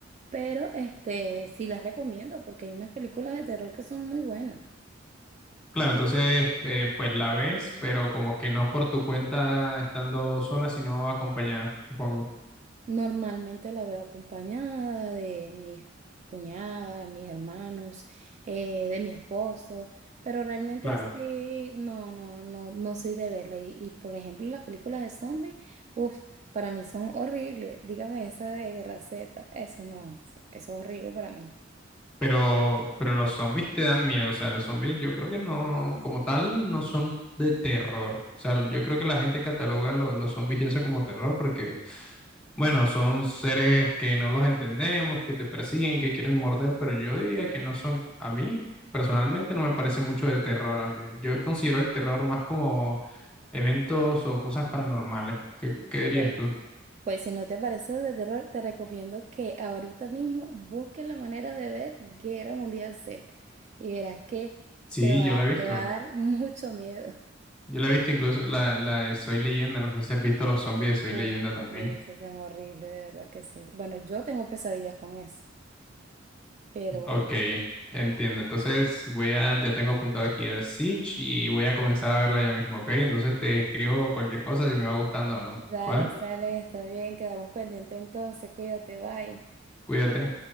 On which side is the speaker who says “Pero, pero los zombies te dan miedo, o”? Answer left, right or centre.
Centre